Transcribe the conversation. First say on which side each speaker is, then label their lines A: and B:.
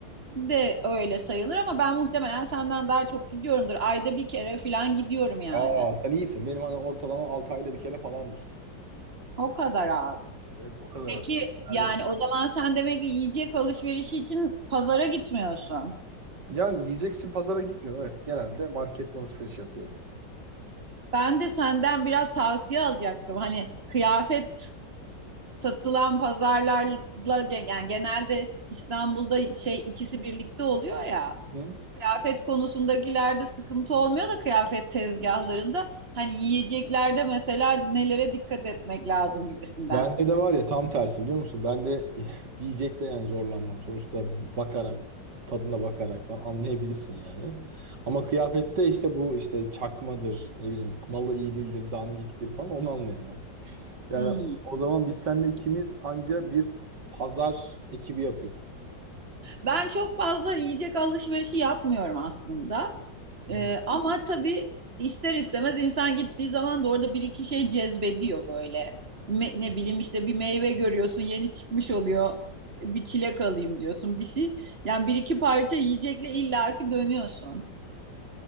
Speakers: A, on the right (about 35°); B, on the right (about 75°).
A: de öyle sayılır ama ben muhtemelen senden daha çok gidiyorumdur. Ayda bir kere falan gidiyorum yani.
B: Aa sen iyisin. Benim hani ortalama 6 ayda bir kere falandır.
A: O kadar az.
B: Evet o kadar
A: Peki
B: aslında. Yani
A: yani o zaman sen demek ki yiyecek alışverişi için pazara gitmiyorsun.
B: yani yiyecek için pazara gitmiyorum. Evet genelde marketten alışveriş yapıyorum.
A: Ben de senden biraz tavsiye alacaktım. Hani kıyafet satılan pazarlarla yani genelde İstanbul'da şey ikisi birlikte oluyor ya.
B: Hı.
A: kıyafet konusundakilerde sıkıntı olmuyor da kıyafet tezgahlarında hani yiyeceklerde mesela nelere dikkat etmek lazım gibisinden.
B: Bende de var ya tam tersi biliyor musun? Ben de <laughs> yiyecekte yani zorlanmam. Sonuçta bakarak, tadına bakarak falan anlayabilirsin yani. Ama kıyafette işte bu işte çakmadır, ne bileyim malı iyi değildir, dandiktir falan onu anlayamam. Yani
A: Hmm.
B: o zaman biz seninle ikimiz anca bir pazar ekibi yapıyoruz.
A: Ben çok fazla yiyecek alışverişi yapmıyorum aslında.
B: Hı hı.
A: Ee, ama tabii ister istemez insan gittiği zaman da orada bir iki şey cezbediyor böyle. Me- ne bileyim işte bir meyve görüyorsun yeni çıkmış oluyor. Bir çilek alayım diyorsun bir şey. Yani bir iki parça yiyecekle illaki dönüyorsun.